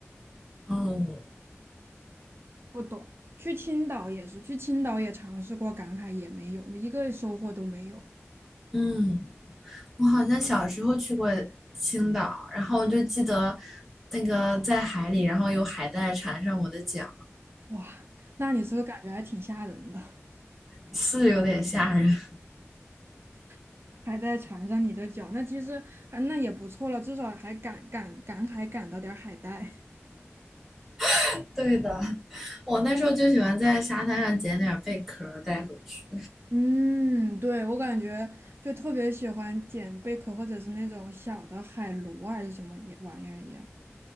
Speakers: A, in the centre; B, on the right.
A: 嗯
B: 不懂。去青岛也是，去青岛也尝试过赶海，也没有，一个收获都没有。
A: 嗯，我好像小时候去过青岛，然后我就记得那个在海里，然后有海带缠上我的脚。
B: 哇，那你是不是感觉还挺吓人的，
A: 是有点吓人。
B: <laughs> 还在缠上你的脚，那其实还那也不错了，至少还赶赶赶海赶到点儿海带。<laughs>
A: <laughs> 对的，我那时候就喜欢在沙滩上捡点贝壳带回去。
B: 嗯，对，我感觉就特别喜欢捡贝壳或者是那种小的海螺啊还是什么也玩意儿一样。